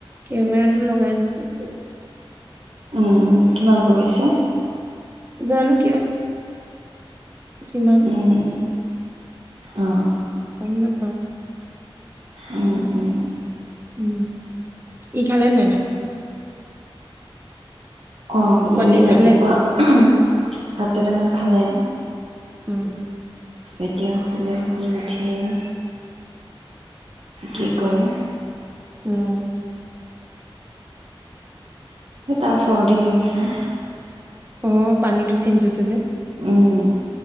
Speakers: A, on the right; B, on the right.
A: কেমেৰাতটো লগাই নিছিল
B: উম, কিমান পৰিছে
A: জানো কিিয় কিমান
B: উম, অ',
A: <unintelligible> গম নেপাওঁ-
B: উম, উম
A: উম, ই খালে নে ভাত?
B: অ
A: পোৱালিয়ে
B: ইএ ৰাতিপুৱা-
A: খালে
B: ভাত কেটেমান খালে।
A: উম-
B: এতিয়া শুলৰ শুই উঠিয়ে, কি কৰে?
A: উম্-
B: হেই তাৰ চৰ্দি লাগিছে।
A: অ পানীটো চেঞ্জ হৈছে যে-
B: উম